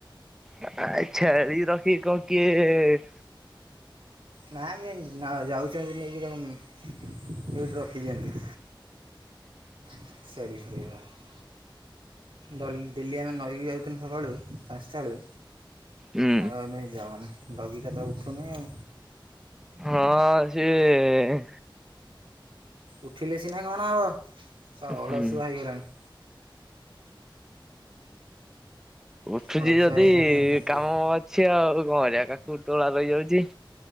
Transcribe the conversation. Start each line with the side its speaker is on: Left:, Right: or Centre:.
Centre: ଆ ନାଇଁ ଛେଳି ରଖିବ କିଏ?
Right: ନାଇ ବେ ଯାଉଛି ଭାରି ନେଇକି ତାକୁ ଏଇଠି ରଖିଦିଅନ୍ତି। <inaudible> ଡ଼ଲି ଡେଲି ଆମେ ନଈକି ଯାଉଥିଲୁ ସକାଳୁ ପାଞ୍ଚଟା ବେଳୁ।
Centre: ହୁଁ
Right: ଆଉ ଆମେ ଯାଉନୁ ଡଗିଟାତ ଉଠୁନି ଆଉ
Centre: ହଁ ସିଏ
Right: ଉଠିଲେ ସିନା କଣ ହେବ ଅଳସୁଆ
Centre: ହୁଁ
Right: ହେଇଗଲାଣି।
Centre: ଉଠୁଛି
Right: ଅଳସୁଆ
Centre: ଯଦି
Right: ହେଇଗଲାଣି ଆଉ କଣ କରିବା।
Centre: କାମ ସିଏ ଆଉ କଣ କରିବା କାକୁଡି ତୋଳା ରହିଯାଉଛି।